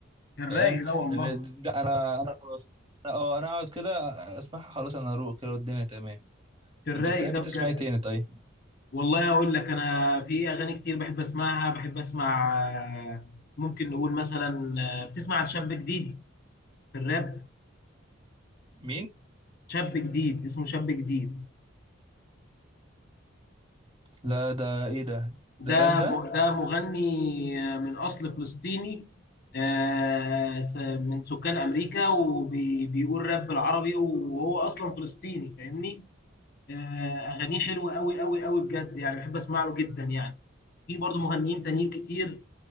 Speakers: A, on the left; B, on the right.
A: في الرايق
B: فاهم
A: ده والله
B: لان دي- ده انا انا خلاص أنا- اه انا اقعد كده اسمعها خلاص انا اروق كده والدنيا تمام
A: في الرايق
B: انت بتحب
A: ده
B: تسمع
A: بجد
B: ايه تاني طيب
A: والله هقول لك انا في اغاني كتير بحب اسمعها بحب اسمع آه، ممكن نقول مثلا آه، بتسمع عن شاب جديد في الراب
B: مين
A: شاب جديد اسمه شاب جديد
B: لا ده ايه ده
A: ده
B: ده راب ده
A: م- ده مغني آه، من اصل فلسطيني آه، س- من سكان امريكا وبيقول راب بالعربي وهو اصلا فلسطيني فاهمني آه، اغانيه حلوه قوي قوي قوي بجد يعني بحب اسمع له جدا يعني في برضه مغنيين تانيين كتير